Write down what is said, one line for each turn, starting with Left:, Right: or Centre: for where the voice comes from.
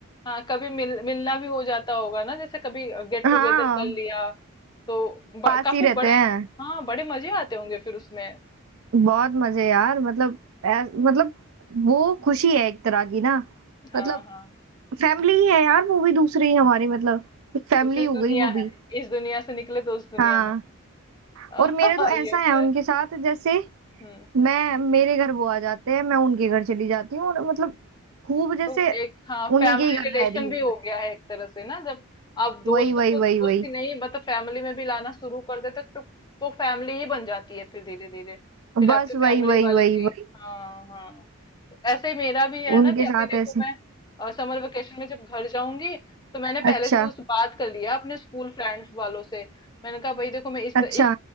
Left: हाँ, कभी मिल मिलना भी हो जाता होगा ना जैसे कभी गेट
Right: हाँ
Left: टुगेदर कर लिया तो ब
Right: पास
Left: काफ़ी
Right: ही रहते
Left: बड़े
Right: हैं
Left: हाँ, बड़े मज़े आते होंगे फिर उसमें।
Right: बहुत मजे यार मतलब ऐस- मतलब वो खुशी है एक तरह की ना
Left: हाँ,
Right: मतलब
Left: हाँ,
Right: फैमिली ही है यार वो भी दूसरी ही हमारी मतलब एक फैमिली
Left: दूसरी
Right: हो
Left: दुनिया
Right: गई वो
Left: है।
Right: भी
Left: इस दुनिया से निकले तो उस दुनिया
Right: हाँ
Left: में। <laughs> हाँ,
Right: और मेरे तो
Left: ये
Right: ऐसा
Left: होता
Right: है उनके
Left: है।
Right: साथ जैसे
Left: हुँ।
Right: मैं मेरे घर वो आ जाते हैं मैं उनके घर चली जाती हूँ और मतलब खूब जैसे
Left: तो एक हाँ
Right: उन्हीं
Left: फैमिली
Right: के ही घर
Left: रिलेशन
Right: रह रही हूँ
Left: भी हो
Right: मैं
Left: गया है एक तरह से ना जब आप दोस्त
Right: वही वही
Left: को
Right: वही
Left: दोस्त
Right: वही
Left: ही नहीं मतलब फैमिली में भी लाना शुरू कर देते तो वो फैमिली ही बन जाती है फिर धीरे धीरे फिर
Right: बस
Left: आपके फैमिली
Right: वही वही
Left: वाले
Right: वही
Left: भी
Right: वही
Left: हाँ हाँ तो ऐसे ही मेरा भी है
Right: उनके
Left: ना कि अभी
Right: साथ
Left: देखो
Right: ऐसे
Left: मैं समर वेकेशन में जब घर जाऊंगी तो मैंने पहले
Right: अच्छा
Left: से उस बात कर लिया अपने स्कूल फ्रेंड्स वालों से मैंने कहा भाई देखो मैं इस
Right: अच्छा
Left: त- इस